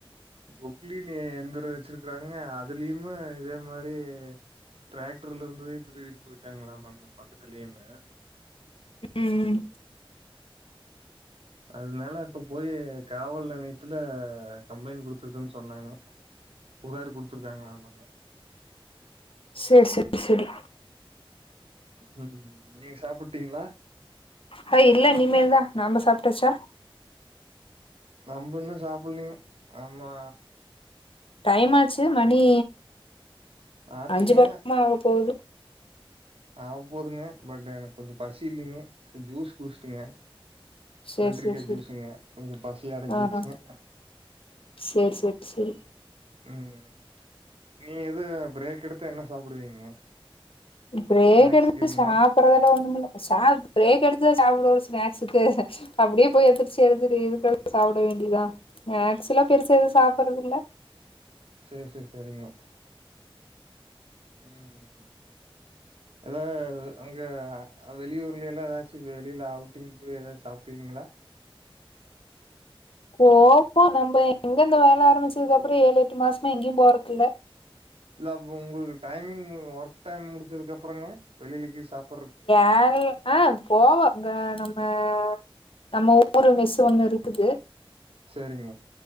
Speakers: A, on the right (about 80°); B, on the left (about 70°).
A: பொக்லீன் எந்திரோ வச்சிருக்குறாங்க அதுலியுமே இதே மாரி டிராக்டர்ல இருந்ததையுமே திருடிட்டு போயிட்டு இருக்காங்களாமாங்க பக்கத்துலயுமெ
B: உம் ம்
A: அதுனால இப்ப போயி காவல் நிலையத்துல கம்ப்ளைண்ட் குடுத்துருக்கோனு சொன்னாங்க புகார் குடுத்துருக்காங்களா ஆமாங்க
B: சேரி சேரி சரி
A: உம் நீங்க சாப்புட்டீங்களா
B: ஹாய் இல்ல இனிமேல் தா நாம சாப்ட்டாச்சா
A: நம்ம இன்னு சாப்புலீங்க நம்மா
B: டைம் ஆச்சு மணீ
A: ஆச்சுங்க
B: அஞ்சு பக்கமா வா போகுது
A: ஆ போதுங்க பட் எனக்கு கொஞ்ஜோ பசி இல்லிங்க ஜூஸ் குடிச்சுட்டங்க
B: சேரி
A: வெல்ட்ரிக்கா
B: சேரி சேரி
A: ஜூசுங்க கொஞ்ஜோ பசி அடங்கிருச்சுங்க
B: ஆஹா சேரி சேரி சேரி
A: உம் நீ எது பிரேக் எடுத்தா என்ன சாப்டுவீங்க
B: பிரேக்
A: ஸ்நாக்ஸ்க்கு
B: எடுத்துட்டு
A: இதுங்களா
B: ஷாப்ட்றதெல்லா ஒன்னுமில்ல ஷா பிரேக் எடுத்துதா ஷாப்பிடுவோ ஸ்நேக்ஸுக்கு அப்டியே போய் எந்திர்ச்சு எடுத்து சாப்ட வேண்டிதா மேஸ்ல பெருசா எதுவு சாப்டுறதுல
A: சேரி சேரி சரிங்க உம் எதாவது அங்க வெளியூர்லிலா ஏதாச்சு வெளில அவுட்டிங் போய் எதாவது சாப்டீங்களா
B: போப்போ நம்ம எங்க இந்த வேல ஆரம்பிச்சதுக்கு அப்றோ ஏழு எட்டு மாசமா எங்கியும் போறக்குல்ல
A: இல்ல அப்ப உங்களுக்கு டைமிங் ஒர்க் டைம் முடிஞ்சதுக்கு அப்புறங்க வெளில கீது சாப்
B: ஏருல் ங்க அ போவங்க அ நம்ம ஊ ஒரு வயசு ஒன்னு இருக்குது
A: சேரிங்க